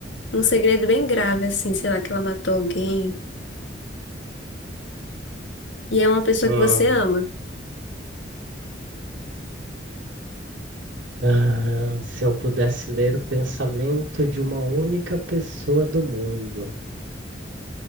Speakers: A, on the left (about 85°); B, on the right (about 80°).
A: Um segredo bem grave, assim, sei lá, que ela matou alguém. E é uma pessoa
B: Hum.
A: que você ama.
B: Ah, se eu pudesse ler o pensamento de uma única pessoa do mundo,